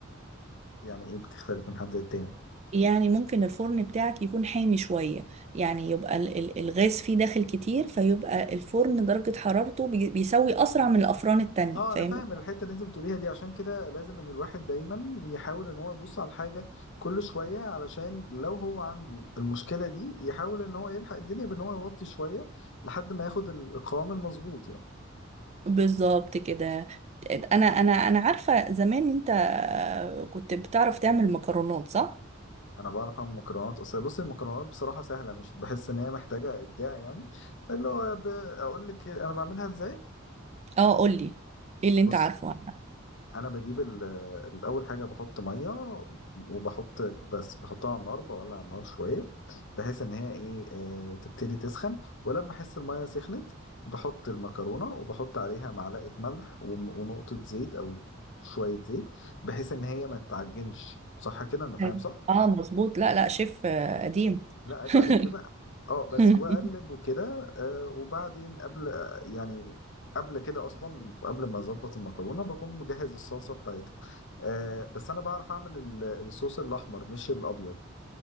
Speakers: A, on the left; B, on the right.
A: يعني ايه بتختلف من حد للتاني
B: يعني ممكن الفرن بتاعك يكون حامي شوية يعني يبقى ال- ال- الغاز فيه داخل كتير فيبقى الفرن درجة حرارته بي- بيسوي أسرع من الأفران التانية
A: اه
B: فاهم
A: انا فاهم الحتة اللي انت بتقوليها دي عشان كده لازم ان الواحد دايما يحاول ان هو يبص على الحاجة كل شوية علشان لو هو عنده المشكلة دي يحاول ان هو يلحق الدنيا بان هو يوطي شوية لحد ما ياخد ال- القوام المظبوط يعني
B: بالظبط كده انا انا انا عارفه زمان انت كنت بتعرف تعمل مكرونات صح
A: انا بعرف اعمل مكرونات اصل بص المكرونات بصراحة سهلة مش بحس ان هي محتاجة ابداع يعني اللي هو ب... اقول لك انا بعملها ازاي
B: اه قولي ايه اللي انت
A: بص
B: عارفه عنها
A: انا بجيب ال- الاول حاجه بحط ميه وبحط بس بحطها على النار بولع النار شويه بحيث ان هي ايه آه، تبتدي تسخن ولما احس الميه سخنت بحط المكرونه وبحط عليها معلقه ملح وم- ونقطه زيت او شويه زيت بحيث ان هي ما تتعجنش صح كده انا فاهم
B: حلو.
A: صح
B: اه مظبوط لا لا شيف آه، قديم
A: لا عيب
B: <laughs>
A: عليكي بقى اه بس
B: <laughs>
A: واقلب وكده آه وبعدين قبل يعني قبل كده اصلا قبل ما اظبط المكرونه بكون مجهز الصلصه بتاعتها آه بس انا بعرف اعمل ال- الصوص الاحمر مش الابيض